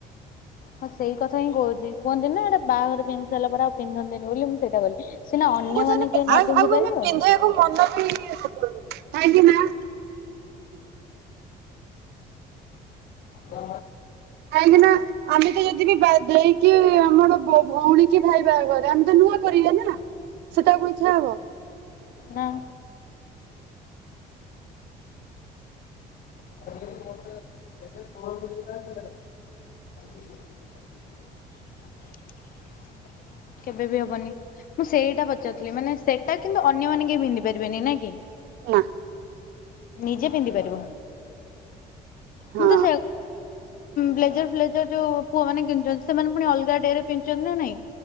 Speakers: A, on the left; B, on the right.
A: ହଁ ସେଇ କଥା ହିଁ କହୁଛି କୁହନ୍ତି ନା ଏଇଟା ବାହାଘରରେ ପିନ୍ଧିସାରିଲା ପରେ ଆଉ ପିନ୍ଧନ୍ତିନି ବୋଲି ମୁଁ ସେଟା କହିଲି। ସିନା ଅନ୍ୟମାନେ
B: <unintelligible> ପିନ୍ଧେଇବାକୁ
A: କେହି ନ ପିନ୍ଧି ପାରିବେ ହୁଁ
B: ମନବି ହେବନି କାହିଁକି ନା
A: ବ।
B: କାଇଁକି ନା ଆମେ ବି ଯଦି ବି ବା ଦେଇକି ଆମର ଭଉଣୀ କି ଭାଇ ବାହାଘରେ ଆମେ ତ ନୂଆ କରିବା ନା। ସେଟାକୁ ଇଚ୍ଛା ହବ।
A: ନାଁ। <unintelligible> କେବେବି ହବନି। ମୁଁ ସେଇଟା ପଚାରୁଥିଲି ମାନେ ସେଟା କିନ୍ତୁ ଅନ୍ୟମାନେ କେହି ପିନ୍ଧି ପାରିବେନି ନା କି?
B: <unintelligible>
A: ନିଜେ ପିନ୍ଧି ପାରିବ। ପୁଣି
B: ହଁ
A: ବ୍ଲେଜର ଫ୍ଲେଜର ଯୋଉ ପୁଅ ମାନ କିଣୁଛନ୍ତି ସେମାନେ ପୁଣି ଅଲଗା ଡେ ରେ ପିନ୍ଧୁଚନ୍ତି ନା ନାଇଁ?